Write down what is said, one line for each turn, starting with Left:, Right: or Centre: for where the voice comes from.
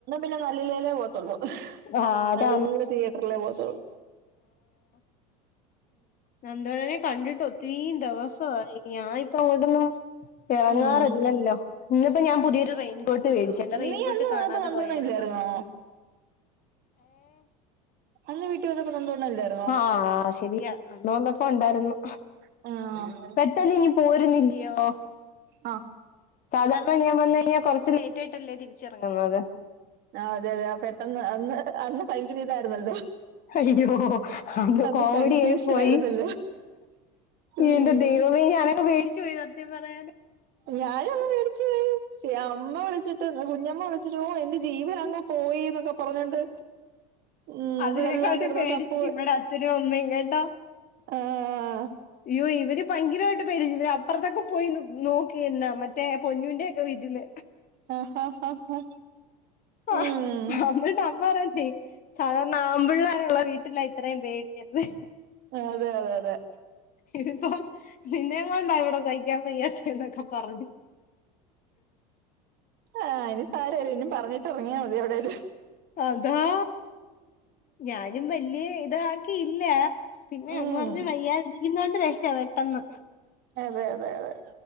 Right: <unintelligible> നല്ലലേ പോകത്തള്ളൂ.
Left: ആഹ് അതാണ്
Right: നല്ല തിയേറ്ററിലേ പോവത്തള്ളു.
Left: നന്തോടനെ കണ്ടിട്ട് ഒത്തിരിം ദിവസായി ഞാൻ ഇപ്പ എവിടുന്നാ ഞാൻ ങ്ങാറില്ലല്ലോ
Right: ഉം
Left: ഇന്നിപ്പോ ഞാ പുതിയൊരു റെയിൻകോട്ട് മേടിച്ച് എന്റെ റെയിൻ
Right: നീ
Left: കോട്ട്
Right: അന്ന്
Left: കാണാതെ
Right: വന്നപ്പോ നന്ദവണ്ണം
Left: പോയാരുന്നു.
Right: ഇല്ലായിരുന്നോ അന്ന് വീട്ടി വന്നപ്പൊ കണ്ട്ണല്ലോ.
Left: ആഹ് ശരിയാ അന്ന് വന്നപ്പോ ഉണ്ടാരുന്നു.
Right: ആഹ്
Left: പെട്ടെന്ന് ഇഞ് പോരുന്നില്ലയോ?
Right: ആഹ്
Left: സാധാരണ ഞാൻ വന്ന് കഴിഞ്ഞാ കൊറച്ച് ലേറ്റ് ആയിട്ടല്ലേ തിരിച്ചിറങ്ങുന്നത്.
Right: ആഹ് അതെ അതെ ആഹ് പെട്ടെന്ന് അന്ന് അന്ന് ഭയങ്കര ഇതായിരുന്നല്ലോ.
Left: അയ്യോ അത്
Right: അന്ന്
Left: കോമഡിയായി
Right: കൺഫ്യൂഷൻ
Left: പോയി.
Right: ആയിരുന്നല്ലോ ഉം
Left: എന്റെ ദൈവമേ ഞാന് അങ് പേടിച് പോയി സത്യം പറയാന്.
Right: ഞാനും അങ് പേടിച്ചു പോയി അമ്മ വിളിച്ചിട്ട് കുഞ്ഞമ്മ വിളിച്ചിട്ട് ഓ എ ജീവന് അങ്ങ് പോയി എന്നൊക്കെ പറഞ്ഞോണ്ട്. ഉം
Left: അതിനേക്കാട്ടി
Right: ഇവിടെല്ലാം കിടന്ന്
Left: പേടിച്ചു
Right: തപ്പു
Left: ഇവടെ അച്ഛനും അമ്മേം കേട്ടോ.
Right: ആഹ്
Left: അയ്യോ ഇവര് ഭയങ്കരായിട്ട് പേടിച്ചു ഇവര് അപ്പറത്തൊക്കെ പോയിന്ന് നോക്കി എന്നാ മറ്റേ പൊന്നുന്റ ഒക്കെ വീട്ടില്
Right: ആ, ആ, ആ, ആ.
Left: ആഹ്
Right: ഉം
Left: അതുകൊണ്ട് അമ്മ പറയുവാണേ - സാധാരണ ആമ്പിള്ളേരുള്ള വീട്ടില ഇത്രേം പേടിയെന്ന്.
Right: ആഹ് അതെ അതെ അതെ.
Left: ഇതിപ്പം നിന്നെകൊണ്ടാ ഇവിടെ സഹിക്കാൻ വയ്യാത്തെ എന്തോക്കെ പറഞ്.
Right: ആഹ് ഇനി സാരമില്ല ഇനി പറഞ്ഞിട്ട് എറങ്ങിയാ മതി എവടേലും.
Left: അതാ ഞാനും വല്യ ഇതാക്കിയില്ല. പിന്നെ
Right: ഉം.
Left: അമ്മ പറഞ്ഞ് വയ്യാതിരിക്കുന്നോണ്ട് രക്ഷ പെട്ടെന്ന്.
Right: അതെ അതെ അതെ